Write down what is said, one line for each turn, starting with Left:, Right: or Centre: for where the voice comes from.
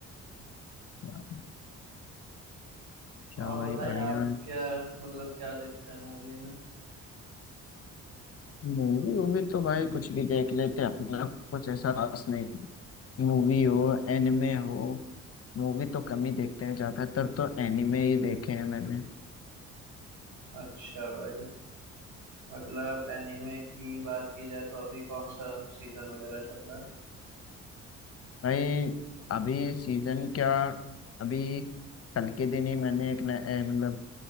Left: अच्छा
Right: और
Left: भाई
Right: बताएं
Left: बढ़िया
Right: आप क्या मतलब क्या देखते हैं मूवी में
Left: मूवी वूवी तो भाई कुछ भी देख लेते अपना कुछ ऐसा खास नहीं मूवी हो एनिमे हो मूवी तो कम ही देखते हैं ज्यादातर तो एनिमे ही देखे हैं मैंने
Right: अच्छा भाई मतलब एनिमे की बात की जाए तो अभी कौन सा सीजन वगैरह चल रहा है
Left: भाई अभी सीजन क्या अभी कल के दिन ही मैंने एक नया- ए, मतलब